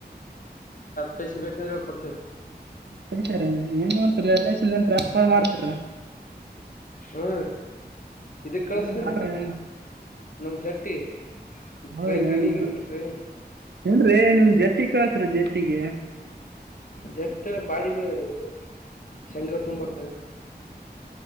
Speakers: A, on the left; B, on the right.
A: ಪೈಸಿ ಬೇಕಂದ್ರೆ ಕೊಡ್ತೇವಿ
B: ಹತಾರೆ ಏನ್ ಮಾಡ್ತಾರ ಎಲ್ಲಾಸ್ಪಾರ್ ಮಾಡ್ತಾರ
A: ಹ್ಮ ಇದಕ್ ಕಳಸ್ತ್ರ
B: ಹ್ಮ್ ಮಾಡ್ರಿ
A: ನಮ್ ಜಟ್ಟಿ
B: ಹೌದ್ರೀ
A: ಟ್ರೈನ್ ಟ್ರೈನಿಗೆ
B: ನಿಮ
A: ಇಡ್ತೀವಿ
B: ಜ
A: ಟ್ರೈನಿಗೆ
B: ಏನ್್ರೀ ನಿಮ್ ಜಟ್ಟ ಕಸ್ರ ಜಟ್ಟಿಗೆ
A: ಜಟ್ಟ ಬಾಡಿಗಯರದು ಶಂಗ ತುಂಬಾಕ